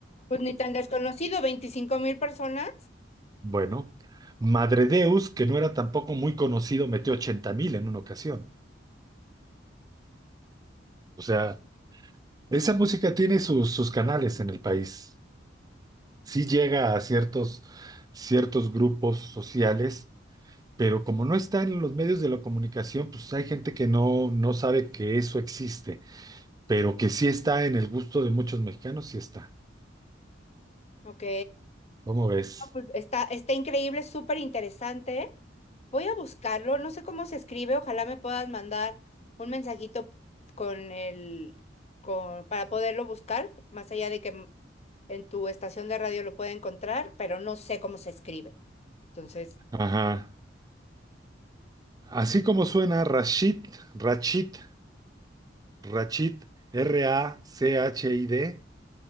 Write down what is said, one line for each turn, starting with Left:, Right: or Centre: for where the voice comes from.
Left: Pues ni tan desconocido, veinticinco mil personas.
Right: Bueno, Madredeus, que no era tampoco muy conocido, metió ochenta mil en una ocasión. O sea, esa música tiene sus, sus canales en el país. Sí llega a ciertos, ciertos grupos sociales pero como no está en los medios de la comunicación, pues hay gente que no, no sabe que eso existe, pero que sí está en el gusto de muchos mexicanos, sí está.
Left: Ok.
Right: ¿Cómo ves?
Left: No, pues, está, está increíble, súper interesante. Voy a buscarlo, no sé cómo se escribe, ojalá me puedas mandar un mensajito con el, con, para poderlo buscar, más allá de que m- en tu estación de radio lo pueda encontrar, pero no sé cómo se escribe. Entonces,
Right: Ajá. Así como suena Rashid, Rachid, Rachid, R-A-C-H-I-D,